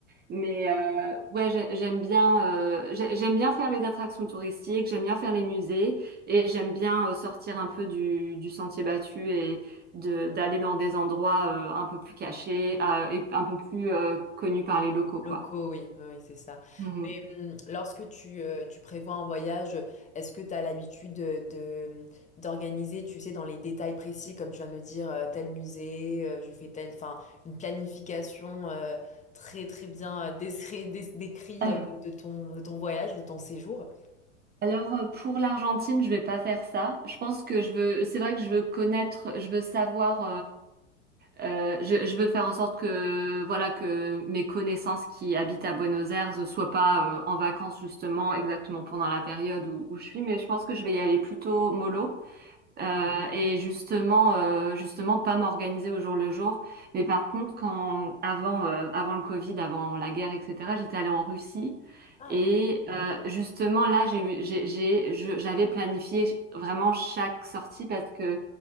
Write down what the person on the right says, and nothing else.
Mais euh, ouais, j'ai- j'aime bien, euh, j'ai- j'aime bien faire les attractions touristiques, j'aime bien faire les musées et j'aime bien euh, sortir un peu du, du sentier battu et de d'aller dans des endroits euh, un peu plus cachés euh, et un peu plus euh, connus par les locaux, quoi.
Mhm.
Euh, <laughs>
Alors euh, pour l'Argentine, je vais pas faire ça. Je pense que je veux, c'est vrai que je veux connaître, je veux savoir. Euh, je, je veux faire en sorte que voilà que mes connaissances qui habitent à Buenos Aires ne soient pas euh, en vacances justement exactement pendant la période où, où je suis, mais je pense que je vais y aller plutôt mollo. Euh, et justement, euh, justement, pas m'organiser au jour le jour. Mais par contre, quand avant, euh, avant le Covid, avant la guerre, etc., j'étais allée en Russie.
Et euh, justement, là, j'ai, eu- j'ai, j'ai- je- j'avais planifié vraiment chaque sortie parce que